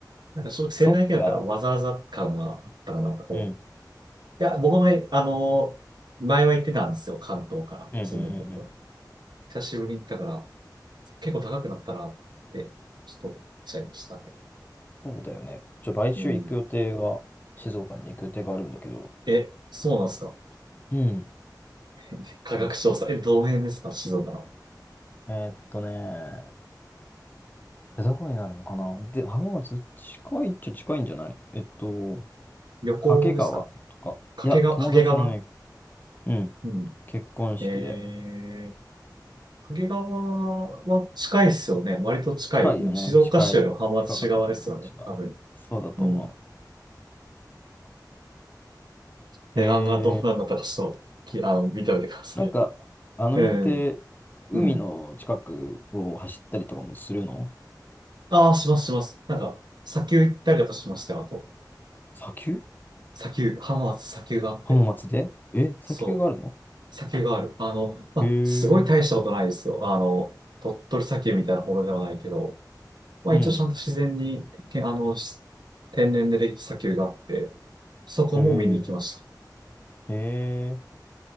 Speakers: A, on the right (about 75°); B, on the left (about 25°).
A: なんか正直1700円だったらわざわざ感があったかなと思って
B: そっか。うん、
A: いや、僕も、あの、前は行ってたんですよ。関東から住んでた時は。
B: うん、うん、うんうん。
A: 久しぶりに行ったから、結構高くなったなって、ちょっと思っちゃいましたね。
B: そうだよね。ちょ、来週行く予定が、
A: うん。
B: 静岡に行く予定があるんだけど。
A: え、そうなんですか。
B: うんうんえっ
A: <laughs> 価格調査。
B: とね、
A: え、どの辺ですか静岡の。
B: えーっとねえどこになるのかなで、浜松、近いっちゃ近いんじゃないえっと、
A: 旅行ですか
B: 掛川とか。
A: 掛川、
B: いや、友達のね、
A: 掛川
B: うん、
A: うん。
B: 結婚式で。
A: えー、掛川は近いですよね。割と近い。
B: 近いよね。
A: うん静岡市よりも浜松市側ですよね。
B: 近い。近かったと思う、確か。
A: 多分。
B: そうだと思
A: うん。値段がどうなんだったかちょっと、
B: う。へえ。
A: き、あの、見ておいてください。
B: なんか、あの辺って、
A: うん。
B: 海の近くを走ったりとかもするの
A: うん。ああ、しますします。なんか、砂丘行ったりだとしましたよ、あと。
B: 砂丘
A: 砂丘、浜松砂丘があって。
B: 浜松でえ、砂丘があるの
A: そう、砂丘がある。あの、まあ、
B: へ
A: すごい大したことないですよ。
B: え。
A: あの、鳥取砂丘みたいなものではないけど、まあ一応ちゃんと自然に、
B: うん。
A: けあの、し天然でできた砂丘があって、そこも見に行きました。
B: へえ。へえ。